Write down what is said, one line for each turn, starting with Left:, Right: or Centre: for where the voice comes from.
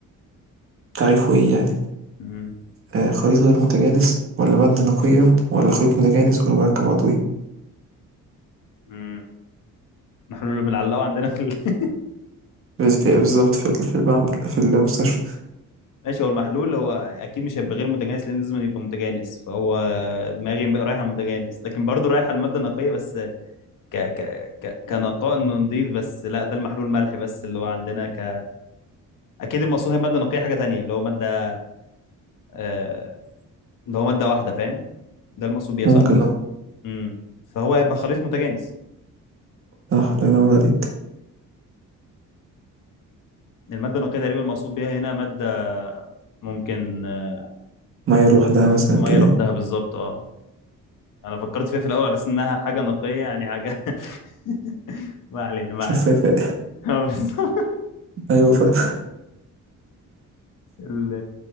Right: تعريفه إيه يعني
Left: مم.
Right: آه خليط غير متجانس ولا مادة نقية ولا خليط متجانس ولا مركب عضوي
Left: مم. نحن اللي بنعلقه عندنا في ال... <laughs>
Right: بس في بالظبط في في البعم في المستشفى
Left: ماشي هو المحلول هو اكيد مش هيبقى غير متجانس لان لازم يبقى متجانس فهو دماغي بقى رايحه على المتجانس لكن برضه رايحه على الماده النقيه بس ك ك ك كنقاء انه نضيف بس لا ده المحلول ملح بس اللي هو عندنا ك اكيد المقصود هي ماده نقيه حاجه تانية اللي هو ماده آه اللي هو ماده واحده فاهم ده المقصود بيها
Right: ممكن
Left: صح؟
Right: اه
Left: امم فهو هيبقى خليط متجانس
Right: صح الله ينور عليك
Left: الماده النقيه تقريبا المقصود بيها هنا ماده ممكن آه،
Right: مية لوحدها مثلا
Left: ميه
Right: كده
Left: لوحدها بالظبط اه انا فكرت فيها في الاول على اساس انها حاجه نقيه يعني حاجه <laughs> ما علينا ما
Right: شفافة
Left: علينا <laughs> اه بالظبط
Right: أيوة فا
Left: ال-